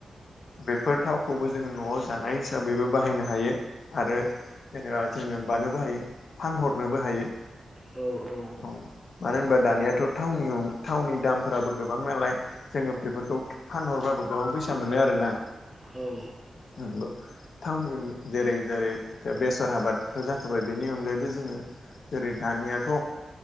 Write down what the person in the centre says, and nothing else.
औ औ।
औ।